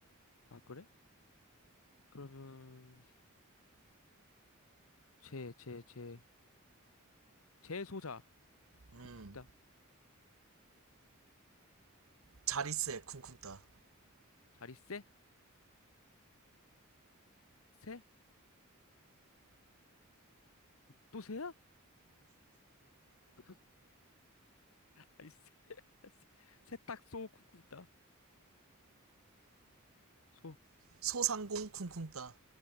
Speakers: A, on the left; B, on the right.
A: 아, 그래? 그러면, 재, 재, 재, 재소자.
B: 음,
A: 쿵다
B: 자리세 쿵쿵따.
A: 자리 세? 세? 또 새야? <laughs> 아니 세, 세- 세탁소 쿵다소
B: 소상공 쿵쿵따.